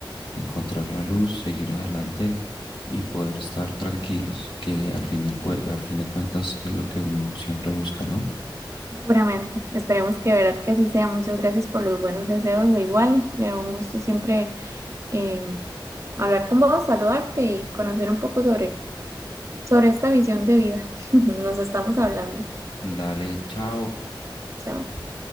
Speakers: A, on the left; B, on the right.
A: encontrar la luz, seguir adelante y poder estar tranquilos, que al fin del cue- al fin de cuentas es lo que uno siempre busca, ¿no?
B: Puramente. Esperemos que de verdad que así sea. Muchas gracias por los buenos deseos. De igual, Leo, un gusto siempre eh, hablar con vos, saludarte y conocer un poco sobre, sobre esta visión de vida. <laughs> Nos estamos hablando.
A: Dale, chao.
B: Chao.